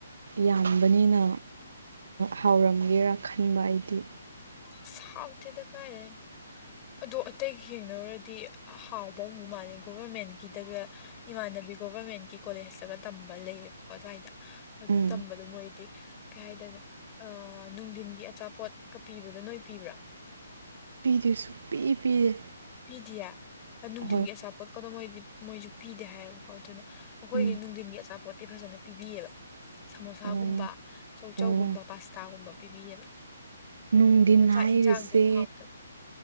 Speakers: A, on the right; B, on the left.
A: ꯌꯥꯝꯕꯅꯤꯅ ꯍꯥꯎꯔꯝꯒꯦꯔ ꯈꯟꯕ ꯑꯩꯗꯤ
B: ꯏꯁ ꯍꯥꯎꯇꯦꯗꯥ ꯀꯥꯏꯗꯩ ꯑꯗꯣ ꯑꯇꯩꯒ ꯌꯦꯡꯅꯔꯨꯔꯗꯤ ꯍꯥꯎꯕꯃꯨꯛ ꯃꯥꯜꯂꯦ ꯒꯣꯚꯔꯃꯦꯟꯒꯤꯗꯒ ꯏꯃꯥꯟꯅꯕ ꯒꯤ ꯒꯣꯕꯔꯃꯦꯟꯒꯤ ꯀꯣꯂꯦꯖꯇꯒ ꯇꯝꯕ ꯂꯦꯌꯦꯀꯣ ꯑꯗ꯭ꯋꯥꯏꯗ ꯑꯗꯨ
A: ꯎꯝ
B: ꯇꯝꯕꯗꯣ ꯃꯣꯏꯗꯤ ꯀꯩ ꯍꯥꯏꯇꯥꯔꯦ ꯀꯩꯅꯣ ꯑꯥ ꯅꯨꯡꯊꯤꯟꯒꯤ ꯑꯆꯥꯄꯣꯠꯀ ꯄꯤꯕꯗꯣ ꯅꯣꯏ ꯄꯤꯕ꯭ꯔꯥ
A: ꯄꯤꯗꯦ ꯁꯨꯡꯄꯤ ꯄꯤꯗꯦ
B: ꯄꯤꯗꯤꯌꯦ ꯑ ꯅꯨꯡꯗꯤꯟꯒꯤ
A: ꯍꯣꯏ
B: ꯑꯆꯥꯄꯣꯠꯀꯗꯣ ꯃꯣꯏꯗꯤ ꯃꯣꯏꯁꯨ ꯄꯤꯗꯦ ꯍꯥꯏꯌꯦꯕꯀꯣ ꯑꯗꯨꯅ ꯑꯈꯣꯏꯒꯤ
A: ꯎꯝ
B: ꯅꯨꯡꯗꯤꯟꯒꯤ ꯑꯆꯥꯄꯦꯠ ꯇꯤ ꯐꯖꯅ ꯄꯤꯕꯤꯌꯦꯕ ꯁꯃꯣꯁꯥꯒꯨꯝꯕ
A: ꯑꯣ
B: ꯆꯧ ꯆꯧ
A: ꯑꯣ
B: ꯒꯨꯝꯕ ꯄꯥꯁꯇꯥꯒꯨꯝꯕ ꯄꯤꯕꯤꯌꯦꯕ
A: ꯅꯨꯡꯗꯤꯟ
B: ꯑꯗꯨꯒ ꯆꯥꯛ
A: ꯍꯥꯏꯔꯤꯁꯦ
B: ꯌꯦꯟꯁꯥꯡꯗꯤ ꯑꯃꯨꯛ ꯍꯥꯎꯇꯕ